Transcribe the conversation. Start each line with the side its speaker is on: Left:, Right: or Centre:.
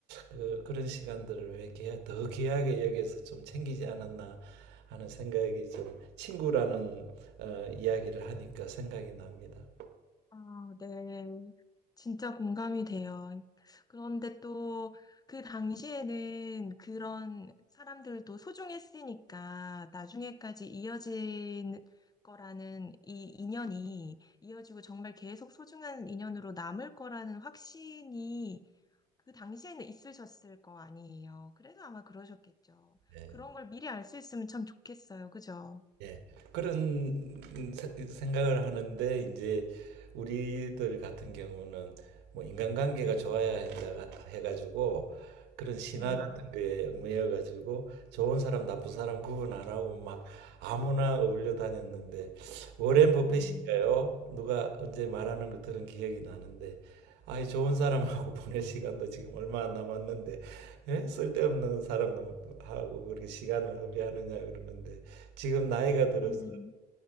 Right: 그, 그런 시간들을 왜 귀하, 더 귀하게 여기서 좀 챙기지 않았나 하는 생각이 좀 친구라는 어, 이야기를 하니까 생각이 납니다.
Left: 아, 네. 진짜 공감이 돼요. 그런데 또 그 당시에는 그런 사람들도 소중했으니까 나중에까지 이어진 거라는 이 인연이 이어지고 정말 계속 소중한 인연으로 남을 거라는 확신이 그 당시에는 있으셨을 거 아니에요. 그래서 아마 그러셨겠죠.
Right: 예.
Left: 그런 걸 미리 알 수 있으면 참 좋겠어요. 그죠?
Right: 예, 그런 세- 생각을 하는데 이제 우리들 같은 경우는 뭐 인간관계가 좋아야 한다 해가지고 그런 신화
Left: 네.
Right: 같은 거에 얽매여 가지고 좋은 사람 나쁜 사람 구분 안 하고 막 아무나 어울려 다녔는데 워렌 버핏인가요?
Left: 음.
Right: 누가 언제 말하는 걸 들은 기억이 나는데 아이 좋은 사람하고 <laughs> 보낼 시간도 지금 얼마 안 남았는데 예? 쓸데없는 사람하고 그렇게 시간을 허비하느냐 그러는데 지금 나이가 들어서
Left: 음.